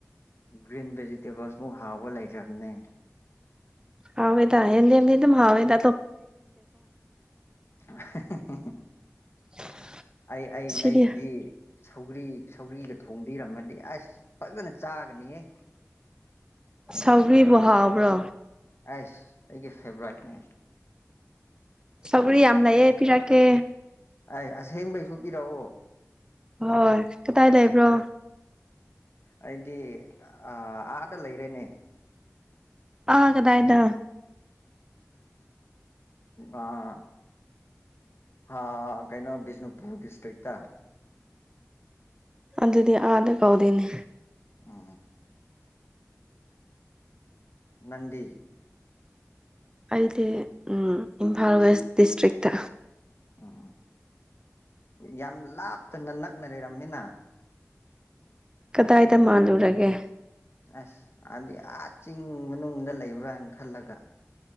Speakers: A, on the left; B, on the right.
A: ꯒ꯭ꯔꯤꯟ ꯚꯦꯖꯤꯇꯦꯕꯜꯁꯃꯨꯛ ꯍꯥꯎꯕ ꯂꯩꯇ꯭ꯔꯕꯅꯦ
B: ꯍꯋꯦꯗ ꯍꯗꯤ ꯌꯦꯗꯤ ꯑꯗꯨꯝ ꯍꯋꯦꯗꯣ
A: <inaudible>
B: <inaudible>
A: ꯑꯩ ꯑꯩ
B: ꯁꯤꯗꯤ
A: ꯑꯩꯒꯤꯗꯤ ꯁꯧꯒꯔꯤ ꯁꯧꯔꯤꯒ ꯊꯣꯡꯕꯤꯔꯝꯃꯗꯤ ꯑꯁ ꯐꯖꯅ ꯆꯥꯒꯅꯤꯍꯦ
B: ꯁꯥꯎꯒ꯭ꯔꯤꯕꯨ ꯍꯥꯎꯕ꯭ꯔꯣ
A: ꯑꯩꯁ ꯑꯩꯒꯤ ꯐꯦꯕꯔꯥꯏꯠꯅꯦ
B: ꯁꯧꯒꯔꯤ ꯌꯥꯝ ꯂꯩꯌꯦ ꯄꯤꯔꯛꯀꯦ
A: ꯑꯩ ꯑꯁꯦꯡꯕꯩꯁꯨ ꯄꯤꯔꯛꯑꯣ
B: ꯍꯣꯏ ꯀꯗꯥꯏ ꯂꯩꯕ꯭ꯔꯣ
A: ꯑꯩꯗꯤ ꯑ ꯑꯥꯗ ꯂꯩꯔꯦꯅꯦ
B: ꯑꯥ ꯀꯗꯥꯥꯏꯗ
A: ꯑꯥ ꯍꯥ ꯀꯩꯅꯣ ꯕꯤꯁꯅꯨꯄꯨꯔ ꯗꯤꯁꯇ꯭ꯔꯤꯛꯇ
B: ꯑꯗꯨꯗꯤ ꯑꯥꯗ ꯀꯧꯗꯦꯅꯦ
A: ꯎꯝ ꯅꯪꯗꯤ
B: ꯑꯩꯗꯤ ꯏꯝꯐꯥꯜ ꯋꯦꯁ ꯗꯤꯁꯇ꯭ꯔꯤꯛꯇ
A: ꯎꯝ ꯌꯥꯝ ꯂꯥꯞꯇꯅ ꯅꯛꯅ ꯂꯩꯔꯝꯃꯤꯅ
B: ꯀꯗꯥꯏꯗ ꯃꯥꯜꯂꯨꯔꯒꯦ
A: ꯑꯁ ꯑꯗꯤ ꯑꯥ ꯆꯤꯡ ꯃꯅꯨꯡꯗ ꯂꯩꯕ꯭ꯔꯥꯅ ꯈꯜꯂꯒ